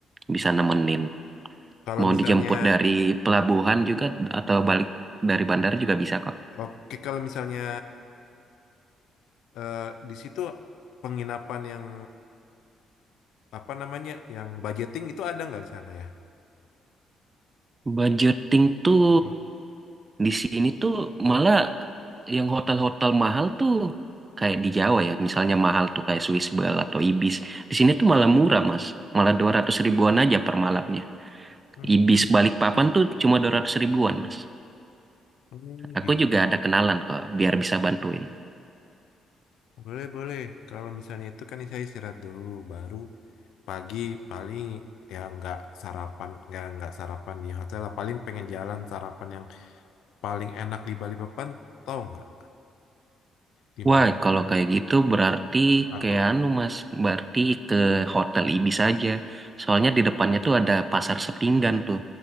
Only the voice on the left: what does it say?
kalau
misalnya
oke kalau misalnya eh, di situ penginapan yang apa namanya yang budgeting itu ada nggak di sana ya?
Hmm,
hmm,
hmm,
gitu.
ya.
Boleh, boleh. Kalau misalnya itu kan saya istirahat dulu, baru pagi paling ya nggak sarapan, nggak nggak sarapan di hotel lah. Paling pengen jalan sarapan yang paling enak di Bali Papan tahu nggak di mana
atau